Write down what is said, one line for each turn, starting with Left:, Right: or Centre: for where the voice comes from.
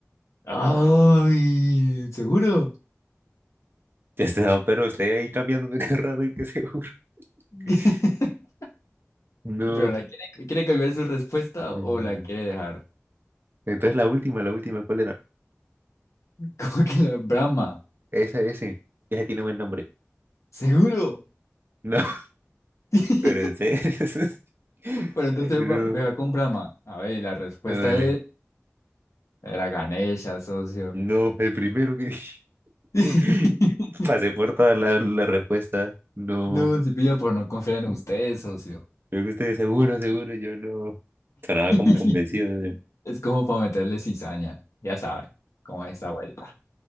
Left: ¡Ay! ¿Seguro?
Right: Este, no, pero estoy ahí cambiándome <laughs> cada rato y qué seguro.
Left: <laughs>
Right: <laughs> No.
Left: Pero la quiere, quiere cambiar su respuesta
Right: Mm,
Left: o la quiere dejar.
Right: Entonces la última, la última, ¿cuál era?
Left: <laughs> Como que la Brahma?
Right: Esa, ese. ya tiene buen nombre.
Left: ¿Seguro?
Right: No, <laughs>
Left: <laughs>
Right: pero en serio. <laughs>
Left: Bueno, entonces
Right: Ay, no.
Left: va- me va con Brahma. A ver, y la respuesta
Right: Dale.
Left: de él era Ganesha, socio.
Right: No, el primero que dije.
Left: <laughs>
Right: <laughs> Pasé por toda la, la respuesta. No.
Left: No, se pilla por no confiar en ustedes, socio.
Right: Creo que ustedes seguro, seguro, yo no. Sonaba
Left: <laughs>
Right: como convencido. yo.
Left: Es como para meterle cizaña. Ya saben cómo es esta vuelta.